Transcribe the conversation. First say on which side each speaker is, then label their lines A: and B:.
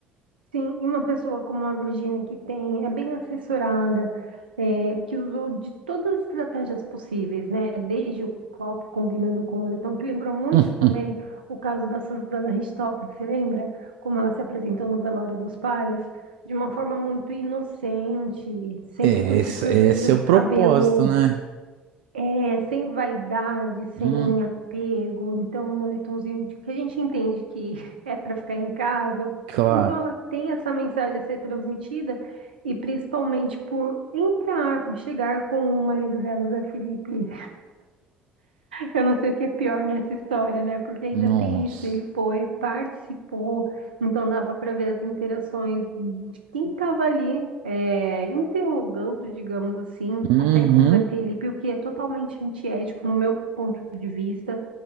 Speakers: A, on the right; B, on the right.
A: sim, e uma pessoa como a Virginia, que tem, é bem assessorada, é, que usou de todas as estratégias possíveis, né? Desde o copo combinando com o moletom, que lembrou muito
B: Hum,
A: também o caso da Susana Richthofen, você lembra? Como ela se apresentou no velório dos pais, de uma forma muito inocente, sempre
B: é,
A: com esse
B: esse,
A: perfil
B: esse é
A: do
B: o propósito,
A: cabelo
B: né?
A: É, sem vaidade, sem
B: Hum,
A: apego, então um moletomzinho que a gente entende que <laughs> é para ficar em casa.
B: claro.
A: Então ela tem essa mensagem a ser transmitida e principalmente por entrar, por chegar com o marido dela, o Zé Felipe, eu não sei o que é pior nessa história, né? Porque ainda
B: Nossa.
A: tem isso. Ele foi, participou, então dava para ver as interações de quem estava ali, é, interrogando, digamos assim,
B: Uhum.
A: até com o Zé Felipe, o que é totalmente antiético no meu ponto de vista.